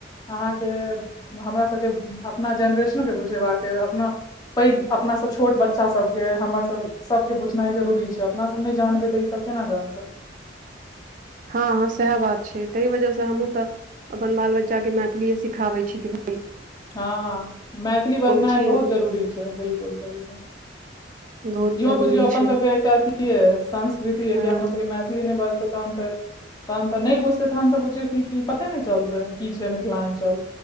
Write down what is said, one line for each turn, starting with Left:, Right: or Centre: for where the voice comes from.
Left: अहाँके हमरा सभके अपना जेनरेशनो के बुझेबाक अपना। पैघ अपना सभ, छोट बच्चा सभके हमर सभ। सभके बुझनाइ जरूरी छै, अपना सभ नहि जानबै तऽ ई सभ केना जानतै।
Right: हँ हँ, सएह बात छै, ताहि वजह सँ हमहूँ तऽ। अपन बाल बच्चा के मैथिलिए सिखबै छी कि भऽ?
Left: हँ मैथिली बजना
Right: छी
Left: बहुत
Right: हूँ
Left: जरूरी छै, बिलकुल बिलकुल।
Right: बहुत
Left: इहो
Right: जरूरी
Left: बुझियौ, अपनसभके
Right: छै
Left: एकटा अछि संस्कृति जे
Right: हँ
Left: कि अपनासभ मैथिली नहि बाजतै। तहन तऽ नहि बुझतै, तहन तऽ बुझियौ कि पते नहि चलतै की छै मिथिलांचल।